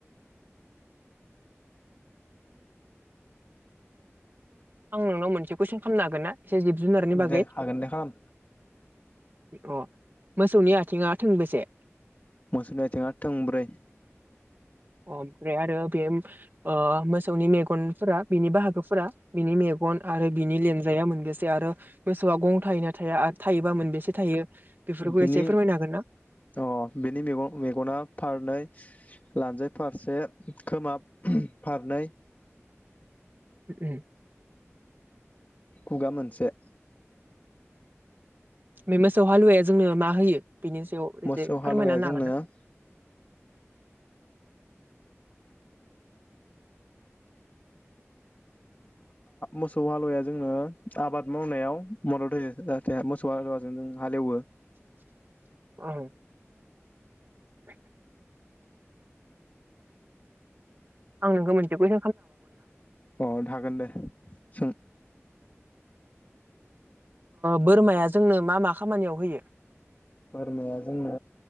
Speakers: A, on the right (about 45°); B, on the left (about 35°).
A: आं नोंनाव मोनसे कुइसन खालामनो हागोन ना एसे जिब जुनारनि बागै?
B: दे हागोन दे खालाम
A: अ मोसौनि आथिङा थोंबोसे
B: मोसौनि आथिङा थोंब्रै।
A: अ ओमफ्राय आरो बे ओ मोसौनि मेगनफोरा बिनि बाहागोफोरा बिनि मेग गन आरो बिनि लान्जाया मोनबेसे आरो मोसौआ गं थायैना थाया? थायोबा मोनबेसे थायो बेफोरखौ
B: बिनि
A: एसे फोरमायनो हागोन ना?
B: अ बेनि मेग मेगना फारनै लानजाय फारसे खोमा फारनै
A: उ।
B: खुगा मोनसे
A: बे मोसौ हालुवाया जोंनो मा होयो? बेनि सायाव एसे
B: मोसौ हालुवाया
A: फोरमायनानै
B: जोंनो
A: हागोन ना?
B: <inaudible> मोसौ हालुवाया जोंनो आबाद मावनायाव मदद होयो जाहाथे मोसौ हालुवा जों नों हालेवो।
A: <inaudible> <inaudible> <inaudible> आं नोंखौ मोनथिखौ
B: अ थागोन दे सों।
A: बोरमाया जोंनो मा मा खामानियाव होयो?
B: बोरमाया जोंनो